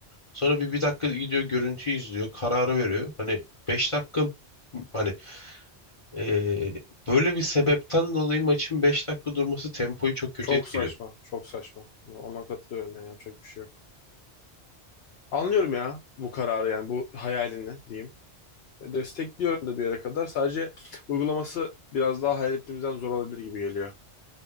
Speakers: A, on the left (about 35°); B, on the left (about 70°).
A: Sonra bir, bir dakika gidiyor görüntü izliyor. Kararı veriyor. Hani beş dakika hani ee, böyle bir sebepten dolayı maçın beş dakika durması tempoyu çok kötü
B: Çok
A: etkiliyor.
B: saçma. Çok saçma. Ona katılıyorum yani yapacak bir şey yok. Anlıyorum ya bu kararı yani bu hayalini diyeyim. Destekliyorum da bir yere kadar. Sadece uygulaması biraz daha hayal ettiğimizden zor olabilir gibi geliyor.